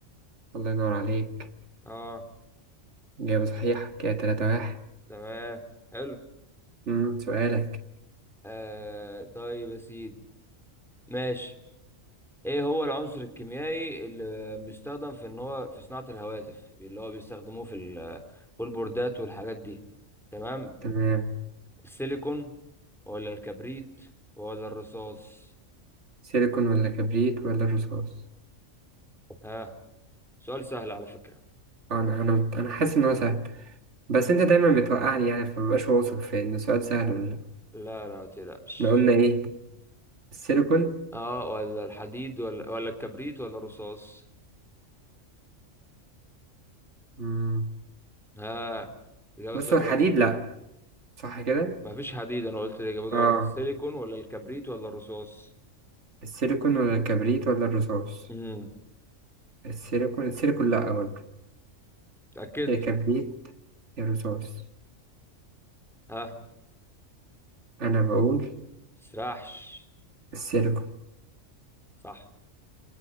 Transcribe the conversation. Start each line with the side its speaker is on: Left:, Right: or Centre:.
Right: الله ينور عليك
Centre: اه
Right: إجابة صحيحة كده تلاتة واحد
Centre: تمام حلو
Right: أمم، سؤالك
Centre: آه طيب يا سيدي ماشي ايه هو العنصر الكيميائي اللي بيستخدم في ان هو في صناعة الهواتف اللي هو بيستخدموه في ال- في البوردات والحاجات دي تمام
Right: تمام
Centre: السيليكون ولا الكبريت ولا الرصاص
Right: سيليكون ولا كبريت ولا الرصاص
Centre: ها سؤال سهل على فكرة
Right: آه، أنا أنا أنا حاسس إن هو سهل بس أنت دايما بتوقعني يعني فمبقاش واثق في إن السؤال سهل ولا لأ
Centre: لا لا ما تقلقش
Right: إحنا قلنا إيه السيليكون
Centre: اه ولا الحديد ولا ولا الكبريت ولا الرصاص
Right: أمم،
Centre: ها إجابة
Right: بص
Centre: سهلة
Right: هو الحديد
Centre: جدا
Right: لأ صح كده
Centre: ما فيش حديد أنا قلت الإجابات
Right: آه
Centre: غلط السيليكون ولا الكبريت ولا الرصاص
Right: السيليكون ولا الكبريت ولا الرصاص
Centre: امم
Right: السيليكون السيليكون لأ برضه
Centre: تأكد
Right: يا كبريت يا رصاص
Centre: ها
Right: أنا بقول
Centre: تسرحش
Right: السيليكون
Centre: صح